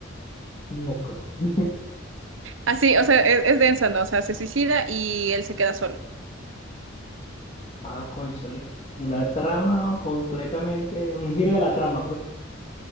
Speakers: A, on the left; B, on the right.
A: Miércoles. <laughs>
B: Así, o sea, es, es densa, ¿no? O sea, se suicida y él se queda solo.
A: Ah, cónchale. Una trama completamente, un giro de la trama, pues.